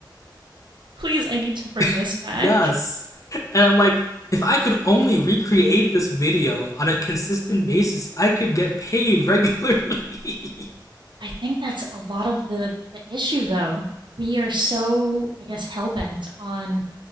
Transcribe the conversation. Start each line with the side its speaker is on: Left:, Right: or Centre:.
Right: Please, I need to bring this
Left: <laughs>
Right: back.
Left: yes. And I'm like, if I could only recreate this video on a consistent basis, I could get paid regularly. <laughs>
Right: I think that's a lot of the, the issue, though. We are so, I guess, hell bent on